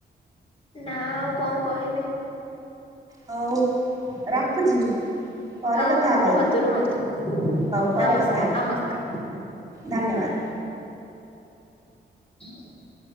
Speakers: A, on the left; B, on the right.
A: ନା ଆଉ କଣ କହିବି?
B: ହଉ ରଖୁଛି। ପରେ
A: ହଁ
B: କଥା
A: ହଁ
B: ହବା
A: ରୁହନ୍ତୁ ରୁହନ୍ତୁ
B: ହଉ ପରେ
A: ନମସ୍କାର
B: କଥା ହବା
A: ନମସ୍କାର।
B: ଧନ୍ୟବାଦ।
A: ହଁ